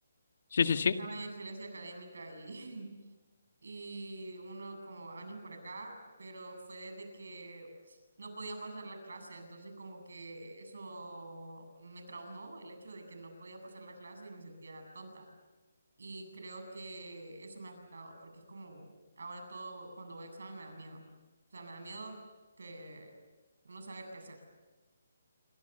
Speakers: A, on the left; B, on the right.
A: Sí, sí, sí.
B: Estaba en excelencia académica y, <laughs> y unos como años por acá, pero fue desde que no podía pasar la clase, entonces como que eso me traumó, el hecho de que no podía pasar la clase y me sentía tonta y creo que eso me ha afectado porque es como ahora todo, cuando voy a examen me da miedo. O sea, me da miedo que no saber qué hacer.